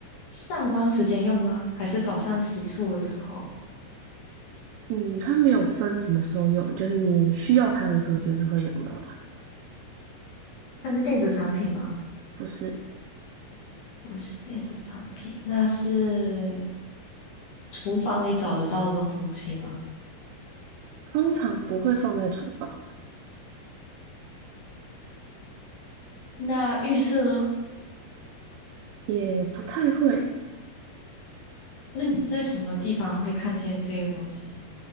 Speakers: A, on the left; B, on the right.
A: 上班时间用吗？还是早上洗漱的时候？
B: 嗯，它没有分什么时候用，就是你需要它的时候，就是会用到它。
A: 它是电子产品吗？
B: 不是，
A: 不是电子产品，那是厨房里找得到这种东西吗？
B: 通常不会放在厨房，
A: 那浴室呢？
B: 也不太会。
A: 那是在什么地方会看见这个东西？